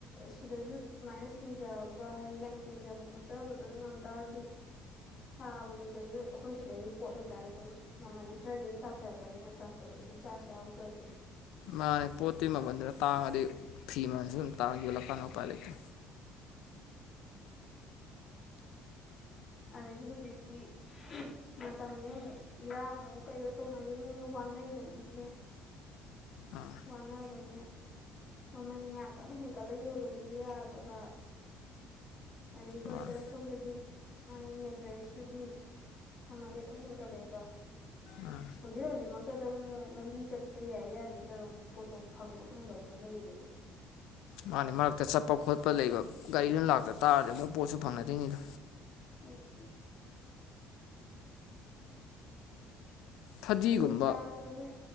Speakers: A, on the left; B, on the left.
A: ꯁꯤꯗꯖꯨ ꯑꯃꯥꯏꯅ ꯁꯨꯡꯖꯕ ꯍꯥꯏ ꯂꯪ ꯆꯤꯡꯖꯕ ꯈꯣꯠ ꯆꯥꯕꯗꯣ ꯑꯗꯨ ꯉꯝ ꯇꯥꯔꯗꯤ ꯁꯥꯕ ꯃꯤꯗꯖꯨ ꯑꯩꯈꯣꯏ ꯁꯤꯗꯒꯤ ꯄꯣꯠ ꯑꯣꯏꯇ꯭ꯔꯥꯗꯤ ꯗꯨꯝ ꯃꯃꯟꯗꯤ ꯈꯔꯗꯤ ꯑꯗꯨꯝ ꯇꯥꯊꯔꯛꯀꯅꯤ ꯅꯠꯇ꯭ꯔꯥ ꯔꯣꯇꯦꯁꯟ ꯆ꯭ꯥꯔꯁ ꯌꯥꯎꯗ꯭ꯔꯗꯤ
B: ꯃꯥꯅꯦ ꯄꯣꯠꯇꯤ ꯃꯃꯟꯗꯨꯅ ꯇꯥꯡꯉꯗꯤ ꯐꯤ ꯃꯟꯖꯨ ꯗꯨꯝ ꯇꯥꯡ ꯌꯣꯜꯂꯀꯥꯟ ꯎꯄꯥꯏ ꯂꯩꯇꯦ
A: ꯑꯗꯩꯗꯤ ꯍꯧꯖꯤꯛꯇꯤ ꯃꯇꯝꯖꯦꯃꯨꯛ ꯏꯔꯥꯡ ꯃꯨꯛ ꯀꯩꯌꯣ ꯇꯧꯅꯒꯤꯞꯅꯤꯅ ꯋꯥꯅꯩꯗꯅ ꯑꯗꯨ
B: ꯑꯥ
A: ꯋꯥꯅꯕꯅꯤꯅ ꯃꯃꯟ ꯌꯥꯝ ꯀꯟꯅ ꯍꯦꯟꯀꯠꯂ ꯌꯣꯜꯂꯨꯕꯖꯨ ꯌꯥꯗꯕ ꯑꯗꯩ ꯁꯣꯠꯇ
B: ꯃꯥꯅꯦ
A: ꯁꯣꯝꯗꯗꯤ ꯃꯥꯒꯤ ꯃꯦꯇꯔꯦꯁꯇꯨꯗꯤ ꯃꯃꯟꯗꯤ ꯗꯨꯝ ꯍꯦꯟꯒꯠꯂꯛꯑꯦꯗꯣ
B: ꯑꯥ
A: ꯍꯧꯖꯤꯛ ꯍꯧꯖꯤꯛꯃꯛꯇꯗ ꯃꯨꯛ ꯂꯝꯕꯤ ꯆꯠꯄ ꯌꯥꯏ ꯌꯥꯗꯦ ꯇꯧꯔꯝ ꯄꯣꯠꯇꯣ ꯐꯪꯕ ꯐꯪꯗꯕ ꯑꯃꯛ ꯂꯩꯏꯅꯦꯕ
B: ꯃꯥꯅꯦ ꯃꯔꯛꯇ ꯆꯠꯄ ꯈꯣꯠꯄ ꯂꯩꯒꯞ ꯒꯥꯔꯤꯅ ꯂꯥꯛꯇ ꯇ꯭ꯥꯔꯗꯤ ꯑꯃꯨ ꯄꯣꯠꯁꯨ ꯐꯪꯅꯗꯨꯏꯅꯤꯗꯣ
A: ꯎꯝ
B: ꯐꯗꯤꯒꯨꯝꯕ
A: ꯐꯤ ꯁꯥꯕꯁꯦ